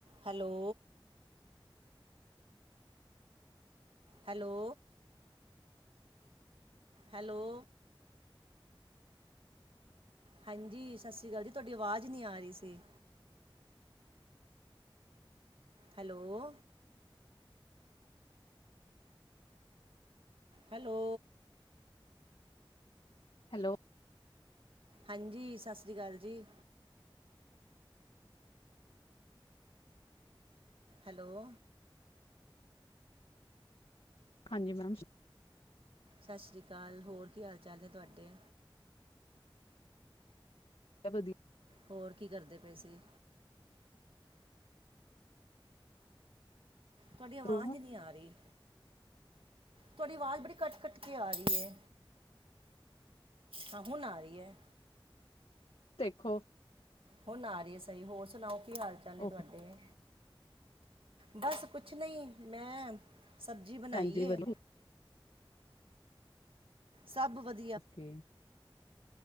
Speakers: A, on the right (about 80°); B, on the left (about 85°).
A: Hello hello hello ਹਾਂਜੀ ਸਤਿ ਸ਼੍ਰੀ ਅਕਾਲ ਜੀ ਤੁਹਾਡੀ ਆਵਾਜ਼ ਨਈ ਆ ਰਹੀ ਸੀ। ਹੈਲੋ ਹੈਲੋ
B: ਹੈਲੋ
A: ਹਾਂਜੀ ਸਤਿ ਸ਼੍ਰੀ ਅਕਾਲ ਜੀ। ਹੈਲੋ
B: ਹਾਂਜੀ ਮੈਮ
A: ਸਤਿ ਸ਼੍ਰੀ ਅਕਾਲ ਹੋਰ ਕੀ ਹਾਲ ਚਾਲ ਨੇ ਤੁਹਾਡੇ
B: ਸਭ ਵਧੀ
A: ਹੋਰ ਕੀ ਕਰਦੇ ਪਏ ਸੀ। ਤੁਹਾਡੀ
B: ਵਧੀਆ
A: ਆਵਾਜ਼ ਨਈ ਆ ਰਹੀ ਤੁਹਾਡੀ ਆਵਾਜ਼ ਬੜੀ ਕੱਟ-ਕੱਟ ਆ ਰਹੀ ਹੈ ਹਾਂ ਹੁਣ ਆ ਰਹੀ ਐ।
B: ਦੇਖੋ
A: ਹੁਣ ਆ ਰਹੀ ਸਹੀ ਹੋਰ ਸੁਣਾਓ ਕੀ ਹਾਲ ਚਾਲ ਨੇ ਤੁਹਾਡੇ
B: ਓਕੇ
A: ਬਸ ਕੁਛ ਨਈ ਮੈਂ ਸਬਜ਼ੀ ਬਣਾਈ
B: ਹਾਂਜੀ ਵਧੀਆ
A: ਏ। ਸਭ ਵਧ
B: ਓਕੇ